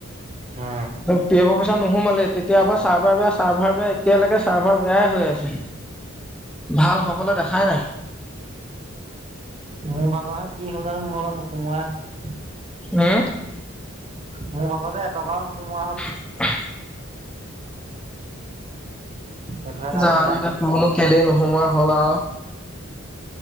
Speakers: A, on the right; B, in the centre.
A: অ
B: পি এফ পইচা নোহোমালে তেতিয়াৰ পৰা চাৰ্ভাৰ বেয়া চাৰ্ভাৰ বেয়া এতিয়ালৈকে চাৰ্ভাৰ বেয়াই হৈ আছে, ভাল হবলে দেখাই নাই।
A: মোৰ ভাগৰহে কি হ'ল জানো? মোৰ ভাগৰ নোসোমোৱাই হ'ল।
B: হো
A: মোৰ ভাগৰ যে এটকাও নোসোমোৱা হ'ল।
B: <unintelligible>
A: সেইটোহে ডাঙৰ
B: জানো
A: কথা
B: এতিয়া
A: হৈছে
B: তোৰনো কেলেই নোসোমোৱা হ'ল আও।